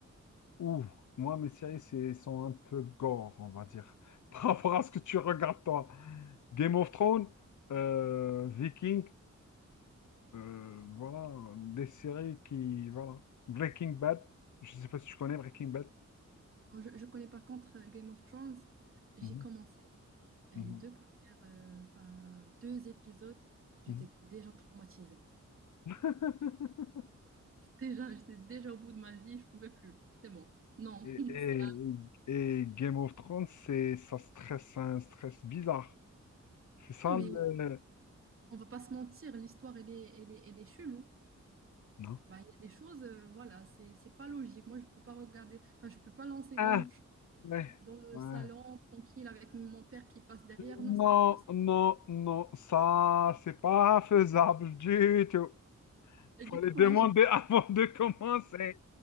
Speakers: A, on the left (about 80°); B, on the right (about 45°).
A: Ouh, moi, mes séries, c'est, sont un peu gore, on va dire, <laughs> par rapport à ce que tu regardes toi. Game of Thrones, euh, Viking. Euh, voilà, des séries qui... Voilà. Breaking Bad, je sais pas si tu connais Breaking Bad.
B: Moi, Je, je connais par contre euh, Game of Thrones. J'ai
A: Mhm,
B: commencé Et
A: mhm,
B: les deux premières, euh, enfin, deux épisodes, j'étais
A: mhm.
B: déjà traumatisée.
A: <laughs>
B: <laughs> Déjà, j'étais déjà au bout de ma vie, je pouvais plus. C'est bon. Non,
A: Et,
B: <laughs> c'est
A: et- et Game of Thrones, c'est, ça stresse, un stress bizarre. C'est ça
B: un- mais
A: le...
B: on va pas se mentir, l'histoire, elle est, elle est, elle est chelou.
A: Non.
B: Bah, Il y a des choses, euh, voilà, c'est, c'est pas logique. Moi, je peux pas regarder, enfin, je peux pas lancer
A: Ah,
B: Game of Thrones
A: ouais,
B: dans le
A: ouais.
B: salon, tranquille, avec mon père qui passe derrière.
A: Non,
B: Non, c'est pas possible.
A: non, non, ça, c'est pas faisable du tout.
B: Et
A: Fallait
B: du coup,
A: demander
B: moi, j'ai
A: <laughs> avant de commencer.